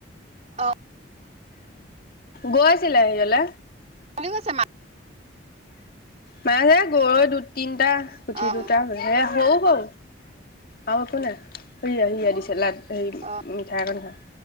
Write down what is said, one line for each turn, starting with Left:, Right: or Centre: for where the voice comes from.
Right: অ
Left: গৈ আছিলে সিহলে
Right: হ আছে মা
Left: মানে যে গৰৈ দুটা তিনটা গুঠি
Right: অ
Left: দুটাে হৌ অ আওঁএকো নাই সিয়া সিয়া দিছে লাত হেৰি
Right: অ
Left: মিঠাই একণ খা